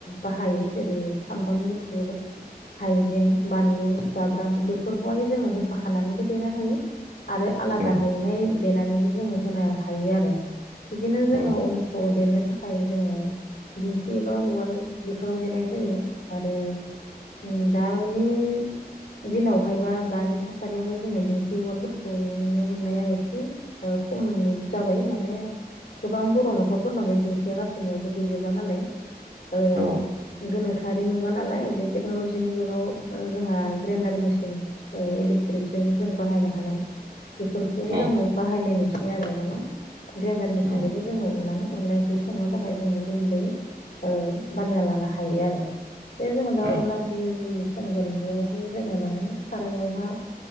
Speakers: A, on the left; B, on the right.
A: बाहायो जेरै सामब्राम गुफुर हाइजें बानलु जाब्रां बेफोरखौहाय जोङो होफाखानानैबो देरनो हायो। आरो आलादाहायैहाय
B: औ
A: देनानैबो जोङो होनो हायो आरो। बिदिनो
B: औ
A: जोङो उनखौ देनो थाखाय जोङो दिंखि बा उवाल बेफोराव देनाय जायो आरो उम दानि दिनावहाय बा दानि थासारियावहाय जोङो दिंखि उवालफोरखौ नुनो मोननाया एसे ओ खम जाबाय माने गोबां बर' न'खरफोरनाव बे दिंखिया गासैनियावबो गैजोबला नालाय ओ
B: औ
A: गोनो खोयारि मुगा नालाय बे टेक्न'लजिनि जुगाव जोंहा ग्रेन्डार मेसिन इलेकट्रिकजों जों बाहायनो हानाय बेफोरखौ
B: औ
A: जोङो बाहायनाय नुसै आरो माने ग्रेन्डार मेसिनजोंबो
B: औ
A: जोङो उननानै अनलाय ओंख्रि संनो थाखाय जोङो गन्दै ओ बानायना लानो हायो आरो। बे जोङो दाउ
B: औ
A: अनला ओंख्रियो जि संगोन बेयावहाय जोङो माने सारायावहा